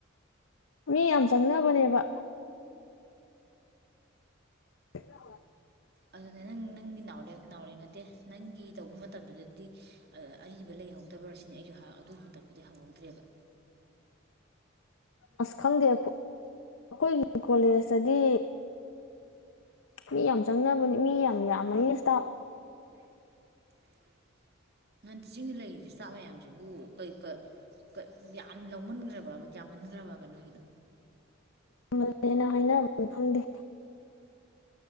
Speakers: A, on the left; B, on the right.
A: ꯃꯤ ꯌꯥꯝ ꯆꯪꯅꯕꯅꯦꯕ <unintelligible>
B: ꯑꯗꯨꯅꯦ ꯅꯪ ꯅꯪꯗꯤ ꯅꯥꯎꯔꯦꯝ ꯅꯥꯎꯔꯦꯝ ꯅꯠꯇꯦ ꯅꯪꯒꯤ ꯇꯧꯕ ꯃꯇꯝꯗꯨꯗꯗꯤ ꯑꯔꯤꯕ ꯂꯩꯍꯧꯗꯕꯔ ꯁꯤꯅꯦ ꯑꯩꯖꯨ ꯑꯗꯨ ꯃꯇꯝꯗꯗꯤ ꯍꯪꯍꯧꯗ꯭ꯔꯦꯕ
A: ꯑꯁ ꯈꯪꯗꯦ ꯑꯩꯈꯣꯏꯒꯤ ꯀꯣꯂꯦꯖꯇꯗꯤ ꯃꯤ ꯌꯥꯝ ꯆꯪꯅꯕꯅꯤ ꯃꯤ ꯌꯥꯝ ꯌꯥꯝꯕꯅꯤ ꯁꯇꯥꯞ
B: <inaudible> ꯆꯤꯡꯗ ꯂꯩꯔꯤ ꯁꯇꯥꯐ ꯃꯌꯥꯝꯖꯤꯕꯨ ꯀꯩ ꯀꯠ ꯌꯥꯝ ꯂꯧꯃꯟꯒ꯭ꯔꯕꯕ ꯌꯥꯝꯃꯟꯒ꯭ꯔꯕꯕ ꯅꯣꯏꯒꯤꯗꯣ
A: ꯃꯜꯂꯦꯅ ꯍꯥꯏꯅꯕ ꯈꯪꯗꯦ